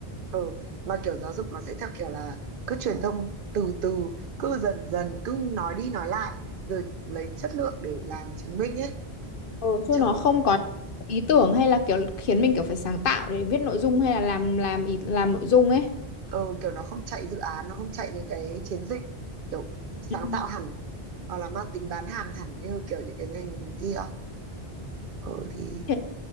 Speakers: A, on the right (about 65°); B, on the left (about 60°).
A: ừ mà kiểu giáo dục nó sẽ theo kiểu là cứ truyền thông từ từ cứ dần dần cứ nói đi nói lại rồi lấy chất lượng để làm chứng minh ấy
B: Ừ, chứ
A: chứ
B: nó
A: cũng
B: không có ý tưởng hay là kiểu khiến mình kiểu phải sáng tạo để viết nội dung hay là làm làm ý, làm nội dung ấy.
A: ừ, kiểu nó không chạy dự án nó không chạy những cái chiến dịch kiểu sáng
B: Ừ.
A: tạo hẳn hoặc là mang tính bán hàng hẳn như kiểu những cái ngành kia ừ thì
B: Thế